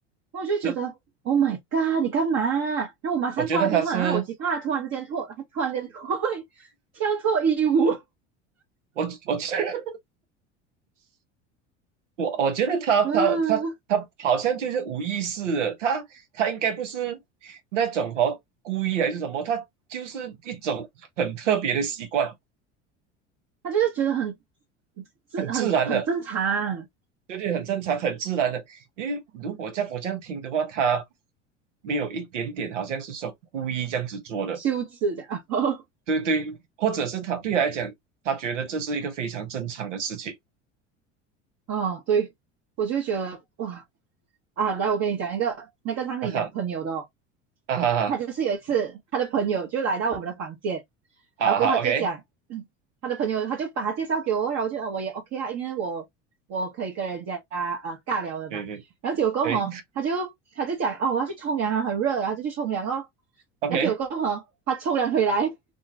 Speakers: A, on the right; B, on the right.
A: 我就觉得
B: 就
A: Oh my god，你干嘛？然后我马上挂电话，
B: 我觉得他是
A: 然后我极怕他突然之间脱，他突然间脱 <laughs> 跳脱衣舞，
B: 我我觉得 <laughs> 我我觉得他他他他好像就是无意识的，
A: 嗯。
B: 他他应该不是那种哦故意还是什么，他就是一种很特别的习惯，
A: 他就是觉得很是很很正常，
B: 很自然的，对对？很正常很自然的，因为如果在我这样听的话，他没有一点点好像是说故意这样子做的。
A: 羞耻这样。<laughs>
B: 对对，或者是他对他来讲，他觉得这是一个非常正常的事情，
A: 哦，对，我就觉得哇啊，来，我跟你讲一个，那个让你讲朋友的哦，
B: 啊哈啊哈哈
A: 他就是有一次他的朋友就来到我们的房间，
B: 啊哈，OK，
A: 然后过后他就讲嗯 <clears throat> 他的朋友，他就把他介绍给我，然后就啊我也 OK 啊，因为我我可以跟人家啊呃尬聊的嘛，
B: 对对
A: 然后结果过后哦他就他就讲哦我要去冲凉啊，
B: 对
A: 很热，然后就去冲凉哦，
B: ，OK，
A: 然后结果过后哦他冲凉回来，